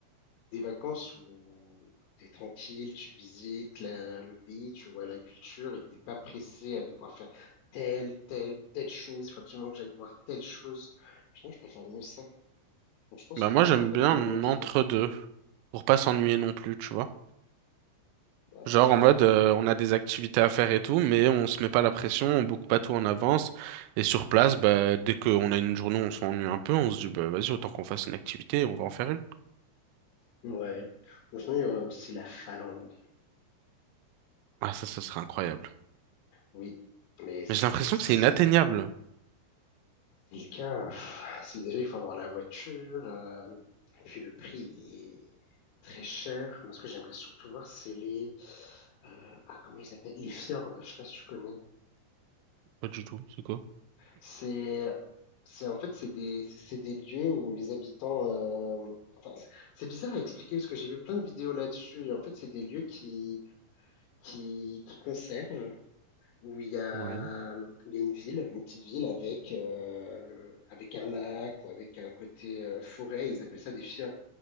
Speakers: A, on the left; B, on the right.
A: des vacances où t'es tranquille, tu visites la- le pays, tu vois la culture et t'es pas pressé à devoir faire telle, telle ou telle chose. Il faut absolument que j'aille voir telle chose. Je pense que je préfère mieux ça. Donc, je pense
B: Bah,
A: que pour
B: moi,
A: moi,
B: j'aime
A: ça peut
B: bien
A: être un bon deal.
B: entre-deux. Pour pas s'ennuyer non plus, tu vois.
A: Bon, après,
B: Genre
A: je pense
B: en mode
A: que,
B: euh, on a des activités à faire et tout, mais on se met pas la pression, on boucle pas tout en avance. Et sur place, bah, dès qu'on a une journée où on s'ennuie un peu, on se dit bah vas-y, autant qu'on fasse une activité, et on va en faire une.
A: ouais. Ou sinon, il y aurait aussi la Finlande.
B: Ah ça, ça serait incroyable.
A: Oui. Mais c'est
B: Mais j'ai l'impression
A: aussi
B: que c'est inatteignable.
A: Quelqu'un, pff, c'est déjà, il faut avoir la voiture, euh, et puis le prix, il est très cher. Moi, ce que j'aimerais surtout voir, c'est les, euh, ah, comment ils s'appellent? Les fjords, je sais pas si tu connais.
B: Pas du tout, c'est quoi?
A: C'est, c'est, en fait, c'est des, c'est des lieux où les habitants, euh, enfin, c'est c'est bizarre à expliquer parce que j'ai vu plein de vidéos là-dessus, et en fait, c'est des lieux qui, qui, qui conservent. où il y a,
B: Ouais.
A: où il y a une ville, une petite ville avec, euh, avec un lac ou avec un côté euh, forêt. Ils appellent ça des fjords.